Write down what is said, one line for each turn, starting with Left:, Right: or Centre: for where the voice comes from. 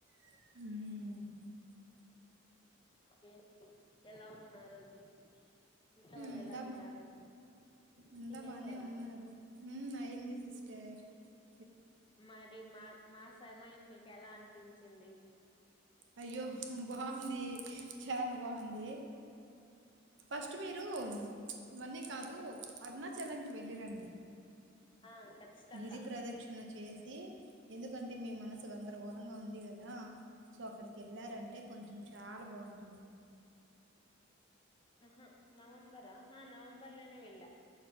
Right: అ
Left: ఏంటి ఎలా ఉన్నారు అయితే ఇంట్లో వాళ్ళు
Right: అంతా
Left: ఎలా ఉన్నారు
Right: బా అంతా
Left: తినేసారా
Right: బానే ఉన్నారు అయి్యంది సిస్ట ర
Left: మరి మా మా సమయం మీకు ఎలా అనిపించింది
Right: అయ్యో బాగుంది చాలా బాగుంది ఫస్ట్ మీరు ఇవన్నీ కాదు అరుణాచలంకి వెళ్ళిరండి
Left: ఆ ఖచ్చితంగా
Right: గిరి ప్రదక్షిణ చేసి ఎందుకంటే మీ మనసుకు అందరిగోలంగా ఉంది కదా సో అక్కడికి వెళ్ళారంటే కొంచెం చాలా బాగుంటుంది
Left: హ నవంబరా హ నవంబర్లనేవల్